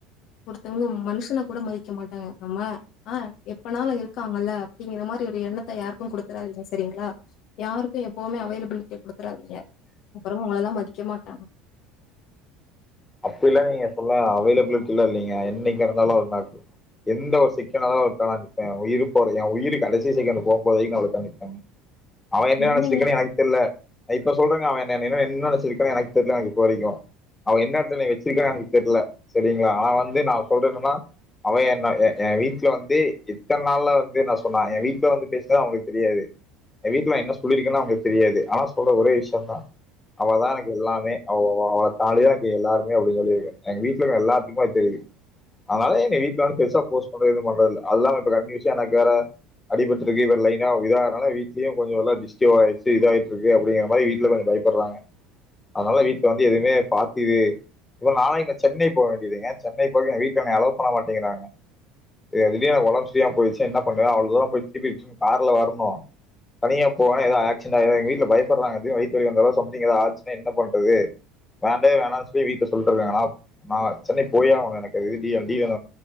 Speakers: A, on the left; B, on the left.
A: ஒருத்தவங்க மனுஷனை கூட மதிக்க மாட்டாங்க நம்ம ஆஹ் எப்பனால இருக்காங்கல்ல அப்டிங்கிற மாரி ஒரு எண்ணத்தை யாருக்கு குடுத்துறாதீங்க செரிங்களா யாருக்கு எப்புவுமே அவைலபிலிட்டி குடுத்துராதீங்க அப்புற உங்களல்லா மதிக்க கமோட்டாங்
B: அப்டில்லா நீங்க சொல்ல அவைலபிலிட்டி இல்ல இல்லிங்க என்னைக்கா இருந்தாலு எந்த ஒரு செகண்ட் ஹா இருந்தாலு அவளுக்காக நிற்பேன் உயிர் போற என் உயிரூ கடைசி போற வரைக்கு நா அவளுக்காக நிப்பேன் அவன் என்ன
A: என்னங்க
B: நெச்சிருக்கானு எனக்கு தெரியல நா இப்ப சொல்றேங்க அவ என்னக்க எனக்கு நெனைத்திருக்கிறா எனக்கு தெரில எனக்கு இப்ப வரைக்கு அவ என்ன ந்தனை வெச்சிருக்கா எனக்கு தெரில செரிங்களா ஆனா வந்து நா சொல்றேனன்னா அவ என் என் வீட்ல வந்து எத்தன நாள்ல வந்து நா சொன்ன ஏ வீட்டுல வந்து பேசினத அவங்களுக்கு தெரியாது என் வீட்டுல என்ன சொல்லிருக்கன்னா அவங்களுக்கு தெரியாது ஆனா சொல்ற ஒரே விஷயம் தா அவதா எனக்கு எல்லாமே அவதான்டிதா எல்லாமே சொல்ல எங்க வீட்ல எல்லாத்துக்குமே அது தெரியு அதனால என்ன வீட்ல வந்து ப பெருசா போர்ஸ் பண்றது எதுவு பண்றது இல்ல அல்ல இப்ப கண்டனுசா எனக்கு வேற அடிபட்டு இருக்கு வேற லைனா இது ஆறதுனால வீட்லயு கொஞ்சோ டிஸ்டி ஆயிடுச்சு இதாயி இருக்கு அப்டிங்கற மாரி வீட்ல கொஞ்சோ பயப்படுறாங்க அதனால வீட்ல வந்து எதுவுமே பாத்து இ நாளை சென்னை போக வேண்டியதுங்க சென்னை போறங்க வீட்ல என் அளோ பண்ண மாட்டேங்காங்க திடீர்னு ஒடம்பு செரி இல்லாம போயிச்சு என்ன பண்ண அவ்ளோ தூரம் போய திருப்பி கார்ல வரணு தனியா போவே ஏத ஆக்சுனா வீட்ல பயப்படுறாங்க வய வி வந்தட சம்த்திங் ஆச்சா என்ன பண்றது வேண்டே வேனு சொல்லி வீட்ல சொல்லிட்டு இருக்காங்க நா நா சென்னை போயே ஆகணு எனக்கு டி